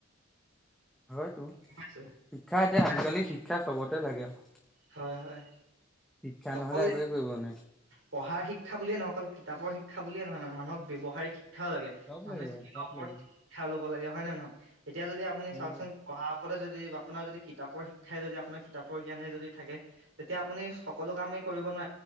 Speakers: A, in the centre; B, on the right.
A: হয়তটো
B: গম পাইছে
A: শিক্ষা এতিয়া আজিকালি শিক্ষা চবতে লাগে আৰু।
B: হয় হয়
A: শিক্ষা
B: অকল
A: নহলে একোৱে কৰিব নোৱাই।
B: পঢ়াৰ শিক্ষা বুলিয়ে নহয় অকল কিতাপৰ শিক্ষা বুলিয়ে নহয় মানে মানুহক ব্যৱহাৰিক শিক্ষা। শিক্ষাও লাগে
A: চব
B: মানুহে
A: লাগিব
B: স্কিলৰ
A: চব
B: ওপৰত
A: লাগিব
B: শিক্ষা ল'ব লাগে হয় নে নহয় এতিয়া যদি আপুনি
A: উম
B: চাওচোন পঢ়া। সতে যদি আপোনাৰ যদি কিতাপৰ শিক্ষাই যদি আপোনাৰ কিতাপৰ জ্ঞানে যদি থাকে তেতিয়া আপুনি সকলো কামি। ন